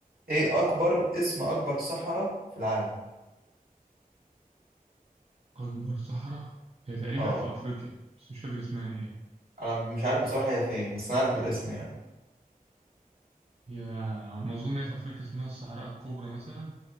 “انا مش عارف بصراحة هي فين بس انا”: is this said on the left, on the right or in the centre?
Right